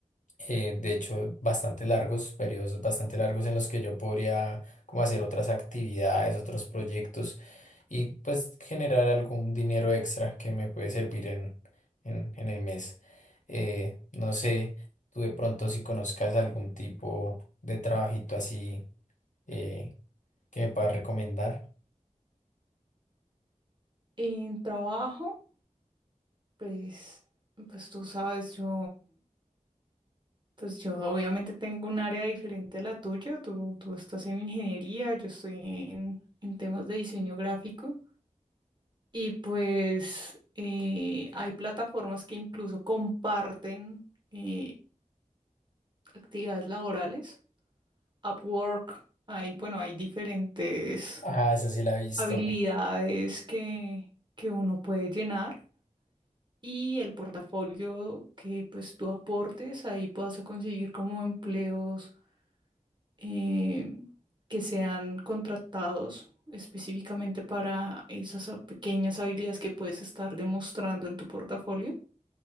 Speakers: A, on the left; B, on the right.
A: eh, de hecho, bastante largos, periodos bastante largos en los que yo podría como hacer otras actividades, otros proyectos y pues generar algún dinero extra que me puede servir en, en, en el mes. Eh, no sé, tú de pronto si conozcas algún tipo de trabajito así eh, que me puedas recomendar.
B: En trabajo, pues, pues tú sabes, yo, pues yo obviamente tengo un área diferente a la tuya, tú, tú estás en ingeniería, yo estoy en, en temas de diseño gráfico y pues eh, hay plataformas que incluso comparten eh, actividades laborales, Upwork, hay, bueno, hay diferentes
A: Ah, esa sí la he visto.
B: habilidades que, que uno puede llenar y el portafolio que pues tú aportes, ahí vas a conseguir como empleos eh, que sean contratados específicamente para esas a- pequeñas habilidades que puedes estar demostrando en tu portafolio,